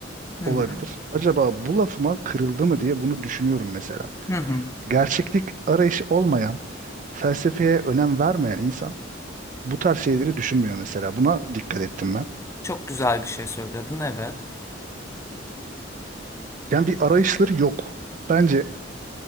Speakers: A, on the left (about 15°); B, on the right (about 45°).
A: Hı
B: olabilir.
A: hı.
B: Acaba bu lafıma kırıldı mı diye bunu düşünüyorum mesela.
A: Hı hı.
B: Gerçeklik arayışı olmayan, felsefeye önem vermeyen insan Bu tarz şeyleri düşünmüyor mesela. Buna dikkat ettim ben.
A: Çok güzel bir şey söyledin evet.
B: Yani bir arayışları yok. Bence